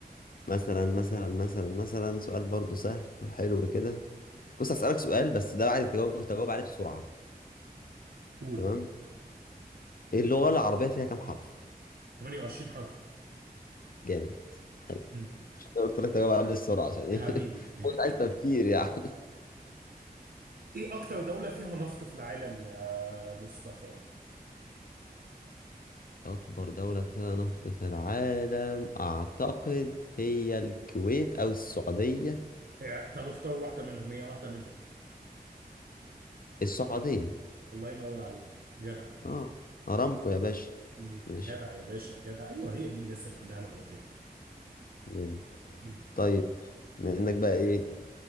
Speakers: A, on the left; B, on the right.
A: مثلا مثلا مثلا مثلا سؤال برضو سهل وحلو كده بص هسألك سؤال بس ده عايز تجاوب تجاوب عليه بسرعة
B: قول
A: تمام ايه اللغة العربية فيها كام حرف
B: 28 حرف
A: جامد حلو
B: امم
A: عشان كده قلت لك تجاوب عليه بسرعة عشان ايه
B: حبيبي
A: <laughs>
B: <laughs>
A: مش عايز تفكير يعني
B: ايه اكتر دولة فيها نفط في العالم يا مصطفى
A: أكبر دولة فيها نفط في العالم أعتقد هي الكويت أو السعودية
B: إيه، طب اختار واحدة منهم هي واحدة منهم
A: السعودية
B: الله ينور عليك جدع
A: اه أرامكو يا باشا
B: امم
A: ماشي
B: جدع يا باشا جدع ايوه هي دي الناس اللي عندها معلومات
A: جامد
B: مم.
A: طيب بما إنك بقى إيه